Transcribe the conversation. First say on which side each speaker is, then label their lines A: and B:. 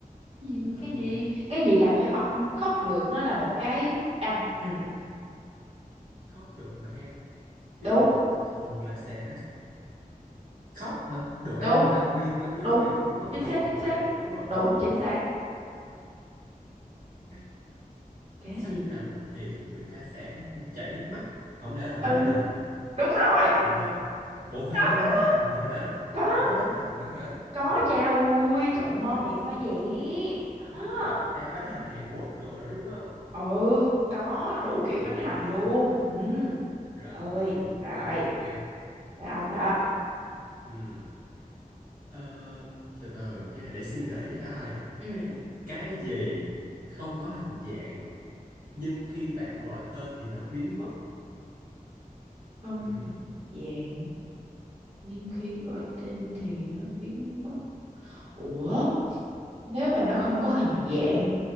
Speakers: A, on the right; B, on the right.
A: Cái gì
B: từ từ
A: cái gì cái gì làm cho ông khóc được nó là một cái thức ăn ừ.
B: khóc được mà ăn ví
A: đúng
B: dụ thường là sẽ khóc hả đồ ăn
A: đúng
B: hả liên quan đến
A: đúng
B: đồ ăn đúng không
A: chính
B: thuần
A: xác chính
B: đồ
A: xác
B: ăn luôn đúng không
A: đúng chính xác
B: cắt
A: cái
B: sắc
A: gì
B: hành thì người ta sẽ chảy nước mắt không lẽ là bánh
A: ừ
B: hành
A: đúng rồi
B: ủa có ủa khoan
A: <laughs>
B: có bánh hành nữa hả
A: có
B: ủa có bánh hành nữa hả
A: Có cha ui trời ơi, mom này sao vậy?
B: bánh
A: Đó.
B: hành à, bánh hành Hàn Quốc đồ đó đúng không
A: Ừ, có đủ kiểu
B: à,
A: bánh hành luôn. Ừ,
B: rồi
A: ơi,
B: ok
A: rồi,
B: ok
A: là ông đó.
B: ừ. Ờ, từ từ nha để suy nghĩ coi
A: Ừ,
B: cái gì không có hình dạng nhưng khi bạn gọi tên thì nó biến mất
A: không
B: ừ.
A: hình dạng nhưng khi gọi tên thì nó biến mất ủa nếu mà nó không có hình dạng